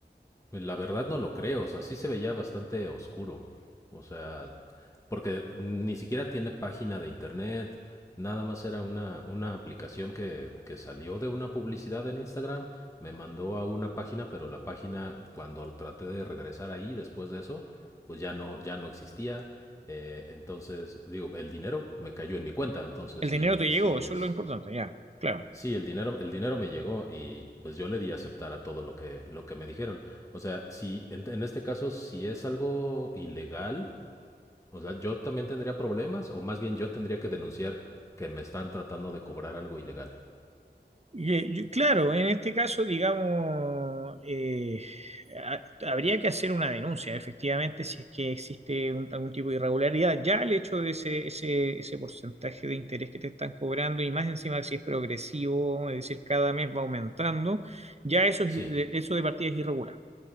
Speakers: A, on the left (about 15°); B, on the right (about 35°).
A: Pues, La verdad no lo creo, o sea, sí se veía bastante oscuro, o sea, porque ni siquiera tiene página de internet, nada más era una, una aplicación que, que salió de una publicidad en Instagram, me mandó a una página, pero la página cuando traté de regresar ahí después de eso, pues ya no, ya no existía, eh, entonces digo, el dinero me cayó en mi cuenta, entonces
B: El
A: sí,
B: dinero te llegó,
A: sí
B: eso
A: es,
B: es lo importante, ya, claro.
A: Sí, el dinero, el dinero me llegó y pues yo le di a aceptar a todo lo que, lo que me dijeron. O sea, si en, en este caso, si es algo ilegal, o sea, yo también tendría problemas, o más bien yo tendría que denunciar que me están tratando de cobrar algo ilegal.
B: Y, eh, yo- claro, en este caso, digamos, eh, ha- habría que hacer una denuncia, efectivamente, si es que existe un- algún tipo de irregularidad. Ya el hecho de ese, ese, ese porcentaje de interés que te están cobrando, y más encima si es progresivo, es decir, cada mes va aumentando, ya eso, es-
A: Sí,
B: eso de partida es irregular.